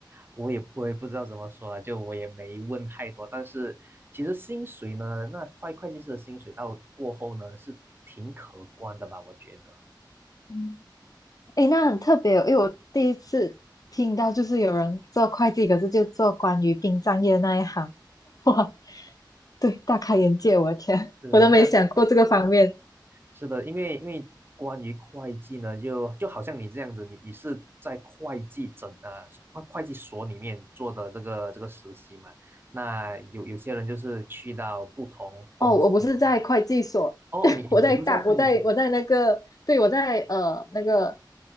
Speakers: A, on the right (about 30°); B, on the left (about 50°).
A: 我也我也不知道怎么说了，就我也没问太多，但是其实薪水呢，那会会计师的薪水到过后呢是挺可观的吧，我觉得。
B: 嗯诶，那很特别哦，因为我第一次听到就是有人做会计，可是就做关于殡葬业那一行，<laughs> 哇，对，大开眼界，我的天，<laughs>
A: 是的那
B: 我都没想过这个方面。
A: 是的，因为因为关于会计呢，就就好像你这样子，你你是在会计整呃会会计所里面做的这个这个实习嘛？那有有些人就是去到不同公司里面。
B: 哦，我不是在会计所，
A: 哦，
B: <laughs>
A: 你你不在会计所
B: 我在大，我在我在那个，对，我在呃那个